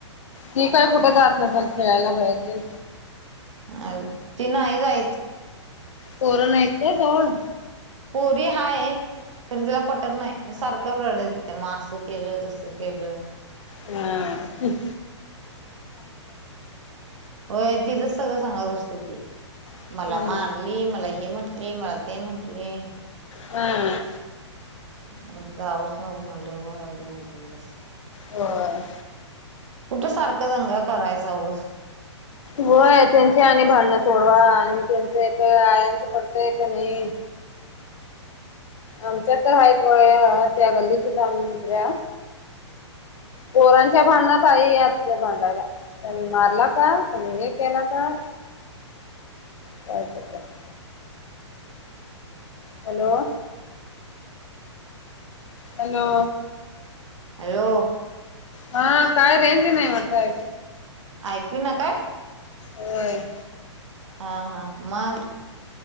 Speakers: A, on the left; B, on the right.
A: ती काय कुठं जात नासल खेळायला बाहेर तेन.
B: अ ती नाई जाईत.
A: पोरं नाहीत का जवळ.
B: पोरी हाईत. तर जरा पटत नै सारखं रडत तिथे मग असं केलं तसं केलं.
A: हम <unintelligible>
B: होय तिजच सगळं सांगत बसत्या ती.
A: हम्म
B: मला मारली मला हे म्हटली मला ते म्हटली.
A: ह अ,
B: <unintelligible>
A: होय.
B: कुटं सारखं दंगा करायचा उगाच.
A: होय त्यांची आणि भांडणं सोडवा आणि त्यांचं एक आयांचं पटतय का नायी. आमच्या तर हायेत बघा या त्या गल्ली सुद्धा आम्ही दुसऱ्या. पोरांच्या भांडणात आई असते भांडायला. त्यानं मारला का, त्यानं त हे केला का <unintelligible> हॅलो, हॅलो,
B: हॅलो,
A: हा काय रेंजी नाही म्हटतय.
B: ऐकू ये ना काय.
A: होय.
B: हा हा, मग.